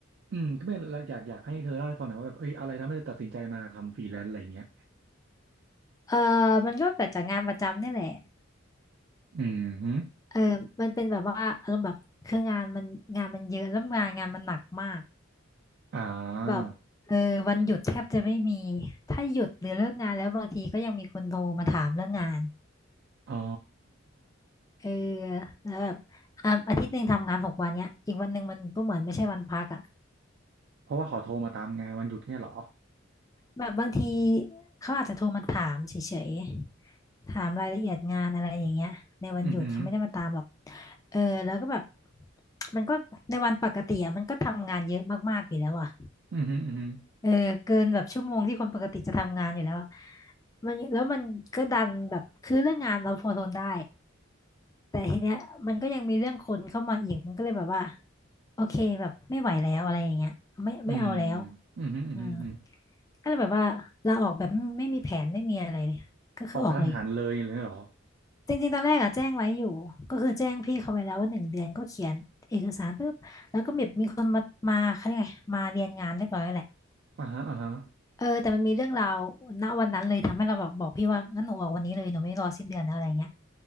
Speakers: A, on the right; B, on the left.
A: อืมก็เป็นเราอยากอยากให้เธอเล่าให้ฟังหน่อยว่าแบบเอ้ยอะไรทำให้เธอตัดสินใจมาทำฟรีแลนซ์อะไรอย่างเงี้ย
B: เออมันก็เกิดจากงานประจำนี่แหละ
A: อืมฮึ
B: เออมันเป็นแบบว่าอารมณ์แบบคืองานมันงานมันเยอะแล้วงานงานมันหนักมาก
A: อ่า
B: แบบเออวันหยุดแทบจะไม่มีถ้าหยุดหรือเลิกงานแล้วบางทีก็ยังมีคนโทรมาถามเรื่องงาน
A: อ๋อ
B: เออแล้วแบบอ่ะอาทิตย์หนึ่งทำงานหกวันเนี้ยอีกวันหนึ่งมันก็เหมือนไม่ใช่วันพักอ่ะ
A: เพราะว่าเขาโทรมาตามงานวันหยุดเนี่ยเหรอ
B: แบบบางทีเขาอาจจะโทรมาถามเฉยๆถามรายละเอียดงานอะไรอย่างเงี้ยในวันหยุดเขาไม่ได้มาตามหรอก
A: อือหือ
B: เออแล้วก็แบบมันก็ในวันปกติอ่ะมันก็ทำงานเยอะมากๆอยู่แล้วอ่ะ
A: อือหืออือหือ
B: เออเกินแบบชั่วโมงที่คนปกติจะทำงานอยู่แล้วอะมันแล้วมันก็ดันแบบคือเรื่องงานเราพอทนได้ แต่ทีเนี้ยมันก็ยังมีเรื่องคนเข้ามาอีกมันก็เลยแบบว่าโอเคแบบไม่ไหวแล้วอะไรอย่างเงี้ยไม่ไม่เอาแล้ว
A: อืมอือหืออือหืออือหือ
B: อืมก็เลยแบบว่าลาออกแบบไม่ไม่มีแผนไม่มีอะไรเลยก็คือออกเลย
A: ออกกระทันหันเลยเลยเหรอ
B: จริงๆตอนแรกอะแจ้งไว้อยู่ก็คือแจ้งพี่เขาไว้แล้วว่าหนึ่งเดือนก็เขียนเอกสารปุ๊บแล้วก็แบบมีคนมามาเขาเรียกไงมาเรียนงานเรียบร้อยแล้วแหละ
A: อ่าฮะอ่าฮะ
B: เออแต่มันมีเรื่องราวณวันนั้นเลยทำให้เราแบบบอกพี่ว่างั้นหนูออกวันนี้เลยหนูไม่รอสิ้นเดือนแล้วอะไรเงี้ย